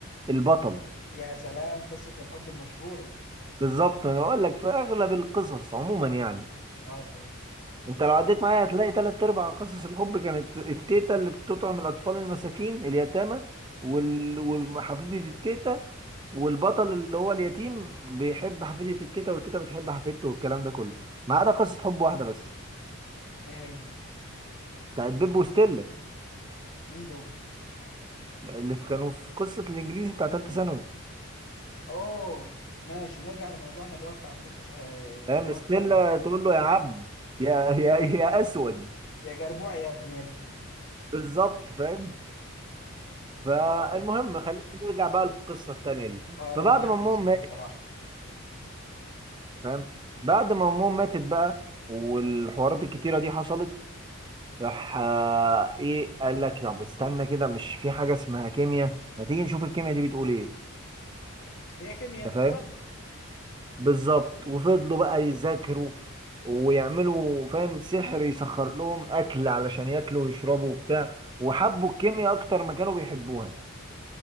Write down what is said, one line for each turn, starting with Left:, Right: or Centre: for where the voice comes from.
Right: البطل
Left: يا سلام قصه الحب المشهوره
Right: بالظبط انا بقول لك في اغلب القصص عموما يعني
Left: اه فهمت
Right: انت لو عديت معايا هتلاقي تلات ارباع قصص الحب كانت التيتا اللي بتطعم الاطفال المساكين اليتامى وال... وحفيده التيتا والبطل اللي هو اليتيم بيحب حفيده التيتا والتيتا بتحب حفيدته والكلام ده كله ما عدا قصه
Left: مم.
Right: حب واحده بس
Left: ايه هي
Right: بتاعت بيب وستيلا
Left: مين دول
Right: اللي في- كانوا في قصه الانجليزي بتاع ثالثه ثانوي
Left: اوه ماشي نرجع لموضوعنا اللي هو بتاع القصه شا-
Right: فاهم
Left: اللي هو
Right: ستيلا
Left: بتاع الع-
Right: تقول له يا عبد يا يا يا اسود
Left: يا جربوع يا ابن ال
Right: بالظبط فاهم فالمهم
Left: اه فهمت
Right: خلينا نرجع بقى للقصه التانيه دي
Left: اه لان
Right: فبعد
Left: هي
Right: ما
Left: حمستني
Right: امهم ماتت
Left: بصراحه
Right: فاهم بعد ما امهم ماتت بقى والحوارات الكتيره دي حصلت راح آه، ايه قال لك طب استنى كده مش في حاجه اسمها كيمياء ما تيجي نشوف الكيمياء دي بتقول ايه
Left: هي كيمياء
Right: انت فاهم
Left: يلا
Right: بالظبط وفضلوا بقى يذاكروا ويعملوا فاهم سحر يسخر لهم اكل علشان ياكلوا ويشربوا وبتاع وحبوا الكيمياء اكتر ما كانوا بيحبوها